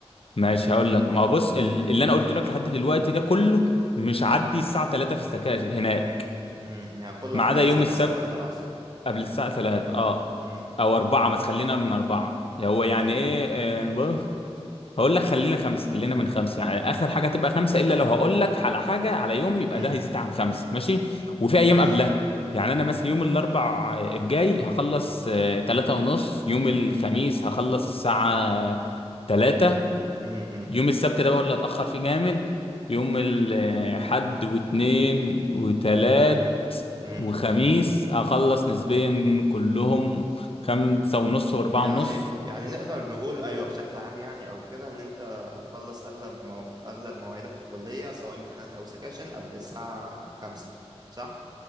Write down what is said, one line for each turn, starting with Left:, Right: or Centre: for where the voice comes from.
Left: ماشي هقول لك ما هو بص ال- اللي انا قلت لك لحد دلوقتي ده كله مش عدي الساعة 3 في السكاشن هناك
Right: امم يعني كله
Left: ما
Right: هتخلص
Left: عدا يوم
Right: قبل
Left: السبت
Right: الساعة 3 العصر
Left: قبل الساعة 3 اه
Right: امم
Left: او 4 ما تخلينا من 4 هو يعني
Right: حلو
Left: ايه آه، بص هقول لك خلينا خمسة خلينا من خمسة يعني آخر حاجة تبقى خمسة إلا لو هقول لك على حاجة على يوم يبقى
Right: امم
Left: ده هيزيد عن خمسة ماشي وفي أيام
Right: ماشي
Left: قبلها يعني أنا مثلا يوم الأربع الجاي هخلص آه، تلاتة ونص يوم الخميس هخلص الساعة تلاتة
Right: امم
Left: يوم السبت ده بقى هو اللي هتأخر فيه جامد يوم الحد واتنين وتلات
Right: امم
Left: وخميس هخلص نسبيا كلهم خمسة ونص وأربعة
Right: يعني
Left: ونص
Right: يعني نقدر نقول ايوه بشكل عام يعني او كده ان انت هتخلص اغلب مو... اغلب مواعيدك في الكلية سواء امتحانات او سكاشن قبل الساعة 5 صح